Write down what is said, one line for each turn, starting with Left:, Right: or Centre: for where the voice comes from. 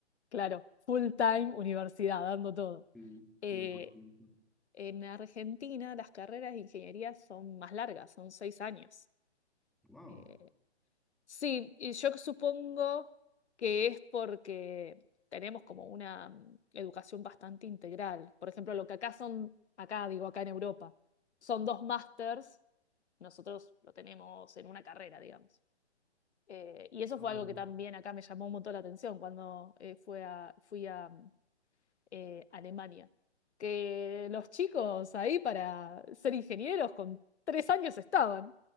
Left: Claro, full time universidad, dando todo.
Centre: sí,
Left: Eh,
Centre: 100%.
Left: en Argentina las carreras de ingeniería son más largas, son seis años.
Centre: Wow.
Left: Eh, Sí, y yo supongo que es porque tenemos como una mm, educación bastante integral. Por ejemplo, lo que acá son, acá digo, acá en Europa, son dos másters, nosotros lo tenemos en una carrera, digamos. Eh, y eso
Centre: Ah,
Left: fue
Centre: bueno.
Left: algo que también acá me llamó un montón la atención cuando eh, fue a- fui a, mm, eh, Alemania. Que los chicos ahí para ser ingenieros con tres años estaban.